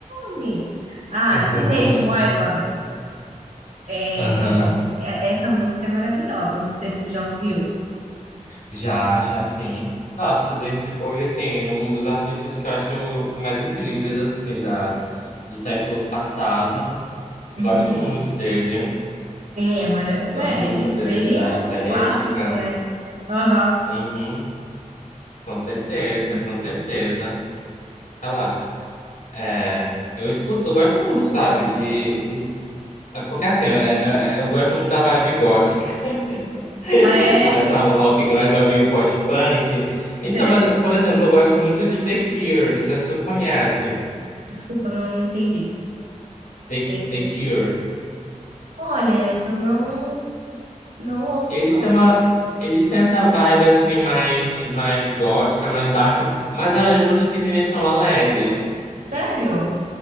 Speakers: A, on the right (about 80°); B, on the left (about 85°).
A: nome? Ah,
B: <laughs>
A: Teenage Wildlife. É,
B: Aham.
A: é- essa música é maravilhosa. Não sei se tu já ouviu.
B: Já, já sim. Nossa, o David Bowie, assim, é um dos artistas que eu acho mais incríveis, assim, da, do século passado. Gosto
A: Uhum.
B: muito dele.
A: Sim, é maravilhoso.
B: Gosto
A: É,
B: muito
A: ele,
B: dele,
A: ele
B: da
A: é
B: estética.
A: um clássico, né? Aham.
B: Uhum. Com certeza,
A: Desculpa.
B: com certeza. Relaxa. É, eu escuto, eu gosto muito, sabe, de. É porque assim, é- é- é- eu gosto muito da vibe gótica. <laughs>
A: Ah, é?
B: Essa rock gótica meio post-punk.
A: Sei.
B: Então, mas, por exemplo, eu gosto muito de The Cure. Não sei se tu conhece.
A: Desculpa, não entendi.
B: The,
A: De-
B: The Cure.
A: Olha, essa eu não, não ouço,
B: Eles
A: não.
B: têm uma. Eles têm essa vibe assim mais, mais gótica, mais dark, mas as musiquinhas são alegres.
A: Sério?